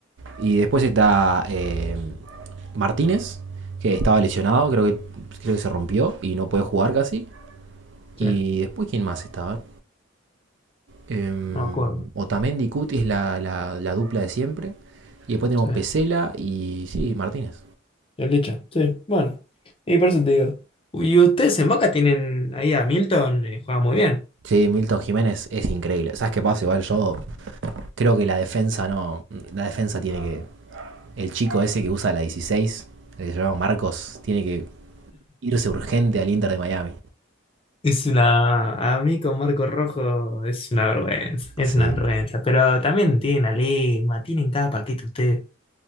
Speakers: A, on the right; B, on the left.
A: Y después está eh, Martínez, que estaba lesionado, creo que, creo que se rompió y no puede jugar casi. Y
B: Sí, no
A: después, ¿quién más estaba? Em,
B: me acuerdo.
A: Otamendi y Cuti es la, la- la dupla de siempre. Y después tenemos
B: Sí.
A: Pesela y sí, Martínez.
B: El dicho. Sí, bueno. Y por eso te digo. Y ustedes en Boca tienen ahí a Milton, eh, juega muy bien.
A: Sí, Milton Jiménez es increíble. ¿Sabes qué pasa? Igual yo creo que la defensa no. La defensa tiene que. El chico ese que usa la 16, el que se llama Marcos, tiene que irse urgente al Inter de Miami.
B: Es una. A mí con Marco Rojo es una vergüenza, es
A: Sí,
B: una vergüenza. Pero también tienen a Lima, tienen cada paquete ustedes.